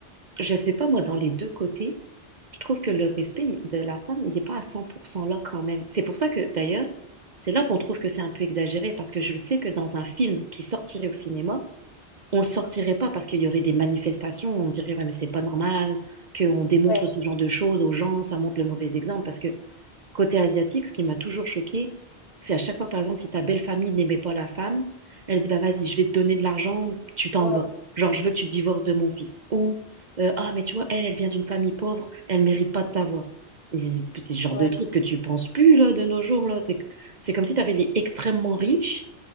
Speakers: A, on the right; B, on the left.
A: je sais pas moi dans les deux côtés je trouve que le respect de la femme, il n'est pas à 100% là quand même. C'est pour ça que, d'ailleurs, c'est là qu'on trouve que c'est un peu exagéré, parce que je le sais que dans un film qui sortirait au cinéma, on le sortirait pas parce qu'il y aurait des manifestations, on dirait, ouais, mais c'est pas normal qu'on démontre
B: Ouais,
A: ce genre de choses aux gens, ça montre le mauvais exemple, parce que Côté asiatique, ce qui m'a toujours choquée, c'est à chaque fois, par exemple, si ta belle famille n'aimait pas la femme, elle dit, bah vas-y, je vais te donner de l'argent, tu t'en
B: ouais,
A: vas. Genre, je veux que tu divorces de mon fils. Ou, euh, ah, mais tu vois, elle, elle vient d'une famille pauvre, elle mérite pas de t'avoir. Et C'est c'est ce genre
B: ouais.
A: de truc que tu penses plus, là, de nos jours, là. C'est que- c'est comme si tu avais les extrêmement riches